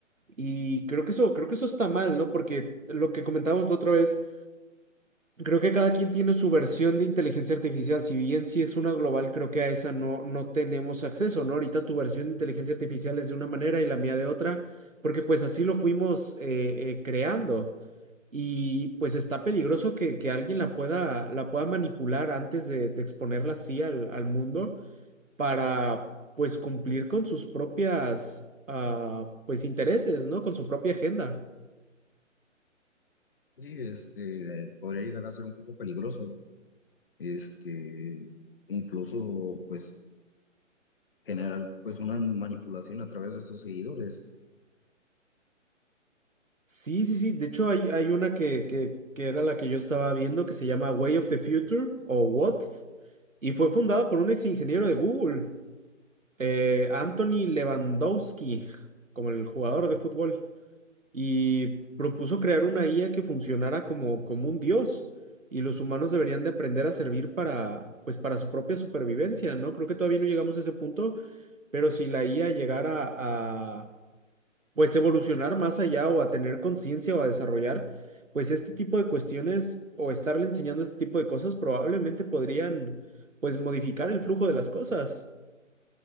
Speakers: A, on the right; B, on the left.
A: Y creo que eso, creo que eso está mal, ¿no? Porque lo que comentábamos la otra vez Creo que cada quien tiene su versión de inteligencia artificial. Si bien si es una global, creo que a esa no, no tenemos acceso, ¿no? Ahorita tu versión de inteligencia artificial es de una manera y la mía de otra, porque pues así lo fuimos eh, eh, creando. Y pues está peligroso que, que alguien la pueda, la pueda manipular antes de, de exponerla así al, al mundo para pues cumplir con sus propias ah, pues intereses, ¿no? Con su propia agenda.
B: Sí, este, podría llegar a ser un poco peligroso, este, incluso, pues, generar, pues, una manipulación a través de sus seguidores.
A: Sí, sí, sí. De hecho, hay, hay una que, que, que era la que yo estaba viendo que se llama Way of the Future o WOTF y fue fundada por un ex ingeniero de Google, eh, Anthony Lewandowski, como el jugador de fútbol, y propuso crear una IA que funcionara como, como un dios y los humanos deberían de aprender a servir para, pues, para su propia supervivencia, ¿no? Creo que todavía no llegamos a ese punto, pero si la IA llegara a pues evolucionar más allá o a tener conciencia o a desarrollar, pues este tipo de cuestiones o estarle enseñando este tipo de cosas probablemente podrían pues modificar el flujo de las cosas.